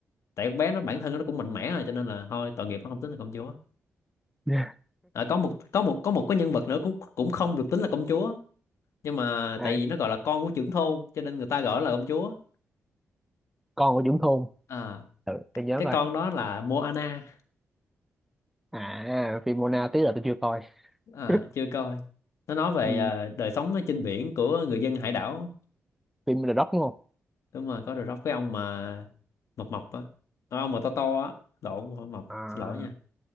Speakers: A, on the left; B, in the centre.
A: tại con bé nó bản thân nó cũng mạnh mẽ rồi cho nên là thôi tội nghiệp nó không tính là công chúa
B: <laughs>
A: Ờ, có một có một có một cái nhân vật nữa cũng cũng không được tính là công chúa nhưng mà
B: à,
A: tại vì nó gọi là con của trưởng thôn cho nên người ta gọi là công chúa
B: con của Dũng Thôn
A: à
B: ừ,
A: cái,
B: để nhớ
A: cái
B: coi
A: con đó là Moana
B: à phim Mona tí là tôi chưa coi
A: à,
B: <laughs>
A: chưa coi nó nói về
B: ừ,
A: ờ, đời sống ở trên biển của người dân hải đảo
B: phim The Rock đúng không
A: đúng rồi có được cái ông mà mập mập á Ờ, ông mà to to á lộn không phải mập
B: à
A: xin lỗi nha